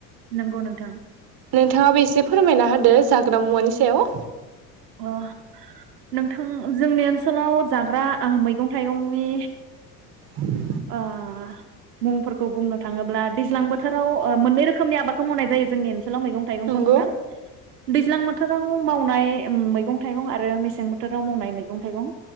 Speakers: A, on the right; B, on the right.
A: नंगौ नोंथां
B: नोंथाङाबो एसे फो फोरमायना होदो जाग्रा मुवानि सायाव
A: अ नोंथां जोंनि ओनसो सोलाव जाग्रा मैगं थाइगं बे
B: <inaudible>
A: ओ मुंफोरखौ बुंनो थाङोब्ला दैज्लां बोथोराव मोननै रोखोम खोमनि आबादखौ मावनाय जायो जोंनि ओनसोलाव
B: नंगौ
A: नोंथां। दैज्लां बोथ थोराव मावनाय मैगं थाइगं आरो मेसें बोथोराव मावनाय मैगं थाइगं